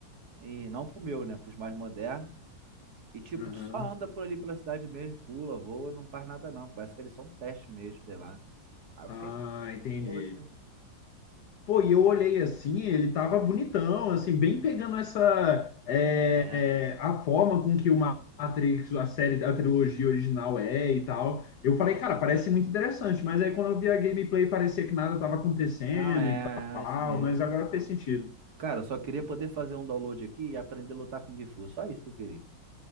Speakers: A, on the right; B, on the left.
A: E não pro meu, né? Pros mais modernos. E tipo,
B: Aham.
A: tu só anda por ali pela cidade mesmo, pula, voa, não faz nada não. Parece que eles são um teste mesmo, sei lá. Aí eu
B: Ah,
A: fiquei triste, falei,
B: entendi.
A: poxa.
B: Pô, e eu olhei assim, ele tava bonitão, assim, bem pegando essa é,
A: É.
B: é, a forma com que o Matrix, a série, a trilogia original é e tal. Eu falei, cara, parece muito interessante, mas aí quando eu vi a gameplay parecia que nada tava acontecendo
A: Não, é
B: e tal,
A: isso mesmo.
B: mas agora fez sentido.
A: Cara, eu só queria poder fazer um download aqui e aprender a lutar com Gifu. Só isso que eu queria.